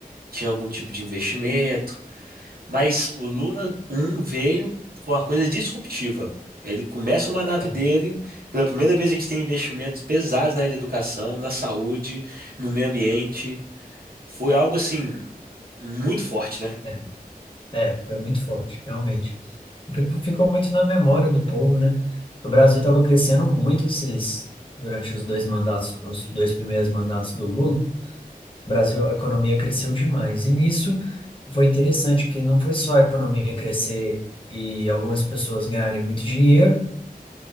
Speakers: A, on the right; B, on the left.
A: tinha algum tipo de investimento, Mas o Luna um veio com uma coisa disruptiva. Ele começa o mandato
B: é,
A: dele, pela primeira vez a gente tem investimentos pesados na área de educação, na saúde, no meio ambiente. Foi algo assim muito forte, né?
B: é, é, foi muito forte, realmente. Ficou ficou muito na memória do povo, né? Que O Brasil estava crescendo muito esses, durante os dois mandatos, os dois primeiros mandatos do Lula. O Brasil, a economia cresceu demais. E nisso foi interessante que não foi só a economia crescer e algumas pessoas ganharem muito dinheiro.